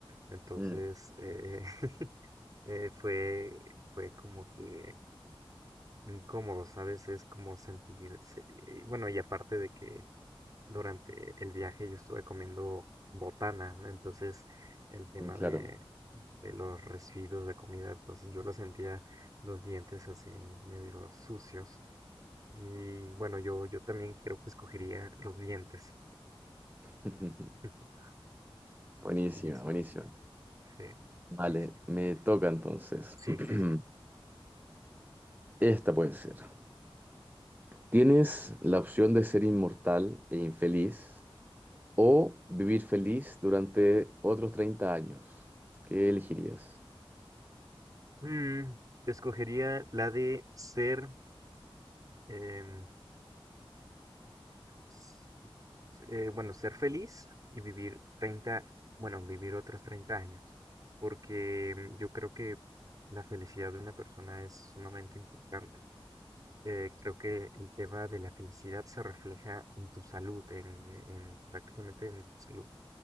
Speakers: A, on the right; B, on the right.
A: Entonces,
B: Mm,
A: eh, <laughs> eh, fue, fue como que incómodo, ¿sabes? Es como sentir, se- y bueno, y aparte de que durante el viaje yo estuve comiendo botana, ¿no? entonces el tema
B: mm, claro.
A: de, de los residuos de comida, entonces yo lo sentía los dientes así medio sucios. Y bueno, yo, yo también creo que escogería los dientes.
B: <laughs>
A: <laughs>
B: Buenísima,
A: Listo,
B: buenísima.
A: sí,
B: Vale,
A: listo.
B: me toca entonces.
A: Sí,
B: <clears throat>
A: sí, sí.
B: Esta puede ser. Tienes la opción de ser inmortal e infeliz o vivir feliz durante otros 30 años. ¿Qué elegirías?
A: Mm, escogería la de ser, em, s- eh, bueno, ser feliz y vivir 30 bueno, vivir otros 30 años, porque mm, yo creo que la felicidad de una persona es sumamente importante. Eh, creo que el tema de la felicidad se refleja en tu salud, en, en prácticamente en tu salud.